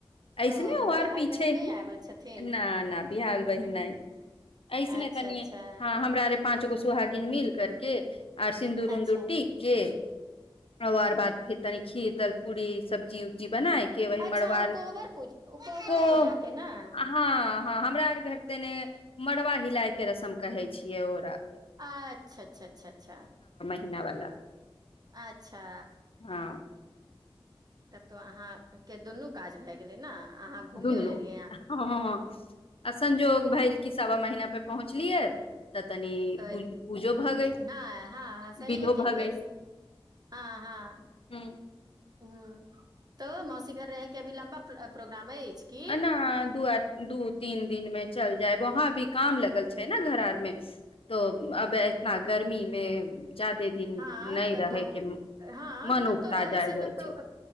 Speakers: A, on the left; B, on the right.
A: ऐस
B: ओ
A: नहि हो
B: बियाहल
A: पीछे
B: बहिन नहि
A: ही
B: आयल छथिन
A: न न बिहाल बहिन न ऐस नहि
B: अच्छा
A: तनी
B: अच्छा
A: हँ हमरा अरे पाँच गो सु घिल मिल करके आर सिन्दूर
B: अच्छा
A: उदूर टीक के आार बाद फिर तनी खीर दल पूरी सब्जी उब्जी बनाय के वही
B: अच्छा
A: मड़ुआर
B: ओ कोबर पूजा कोबर
A: को
B: पूजाके ने
A: हँ हँ हमरा आर घर देने मड़वा हिलाय के रस्म कहै छियै ओ र
B: अच्छा अच्छा अच्छा अच्छा
A: भनावलाा
B: अच्छा
A: हँ
B: तब तो अहाँके दुनू काज भए गेलै ने अहाँ घुमियो
A: दुनू
B: लेलियै
A: हँ आ संजोग भेल किछु सवा महीना पे पहुँचलियै तऽ तनी
B: त
A: पू पूजो भऽ गेल
B: हँ हँ हँ सहीए
A: विधो
B: केलिए
A: भऽ गेल
B: हँ हँ
A: ह
B: ह तो मौसी घर रहके के भी लम्बा प्रोग्राम अछि की
A: न दू दू तीन दिन मे चल जाय वहाँ भी काम लगल छै ने घर आर मे तो अब एतना गर्मी मे जादे दिन
B: हँ
A: नहि
B: कतहु
A: रहे के
B: हँ
A: मन
B: कतहु
A: उपताजा
B: रहै से
A: जाइ
B: तऽ प्रो
A: छै